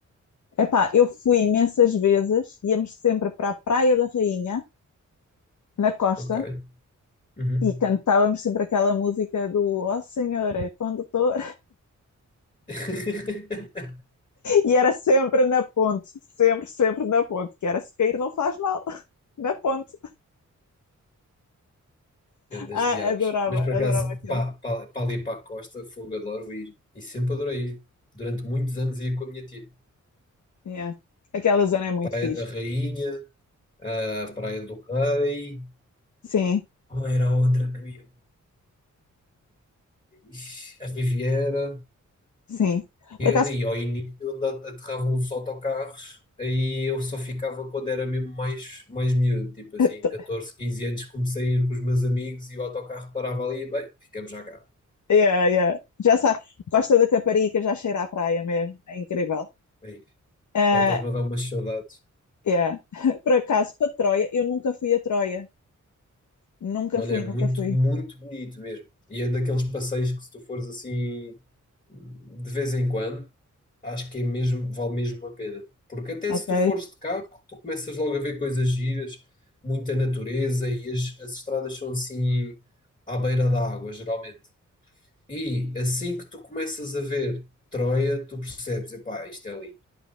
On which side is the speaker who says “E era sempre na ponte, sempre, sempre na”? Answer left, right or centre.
Left